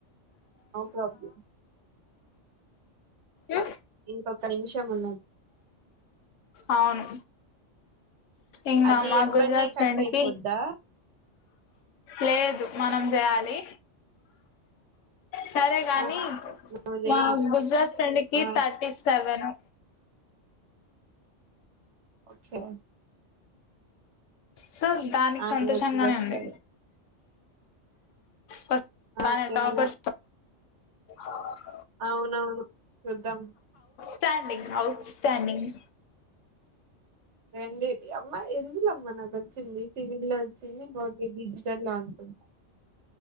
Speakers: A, on the right (about 70°); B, on the left (about 85°).
A: no problem
B: ఏ
A: ఇంకొక నిమిషం ఉన్నది
B: అవును ఇంకా
A: అది
B: మా
A: ఎంబన్నే
B: గుజరాత్
A: కట్అయి
B: ఫ్రెండ్ కి
A: పోద్దా
B: లేదు మనం చేయాలి సరే గాని
A: ఆ నువ్వు చెయ్
B: మా గుజరాత్ ఫ్రెండ్ కి
A: ఆ
B: థర్టీ సెవెను
A: ఓకే
B: సో దానికి
A: నాకేమొచ్చి
B: సంతోషంగానే
A: చస్తాయో
B: ఉంది వ
A: నాకేమో
B: మన టాపర్స్ అ
A: అవునవును చూద్దాం
B: స్టాడింగ్ ఔట్ స్టాడింగ్
A: రెండేది అవ్వ ఎందులో అవ్వ నాకి వచ్చింది సివిల్ లో వచ్చింది భవ్య డిజిటల్ లో అనుకుంటా